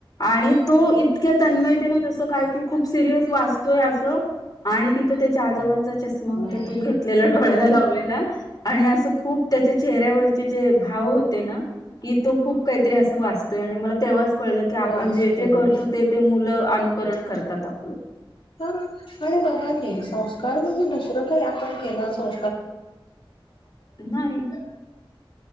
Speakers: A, on the left; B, on the left.
A: आणि तो इतक्या तन्मयतीने तसं काय की खूप सिरियस वाचतोय असं. आणि तिथं त्याच्या आजोबांचा चष्मा
B: हा
A: होता तो घेतलेला. डोळ्याला लावलेला आणि असं खूप त्याच्या चेहऱ्यावरचे जे भाव होते ना कि तो खूप काहीतरी अस वाचतोय आणि मला तेव्हाच कळलं की आपण
B: वाचतोय
A: जे जे करतो ते ते. मुलं अनुकरण करतात आपलं.
B: हा आणि बघा क संस्कार म्हणजे दुसरं काही आपण गला आपो.
A: नाही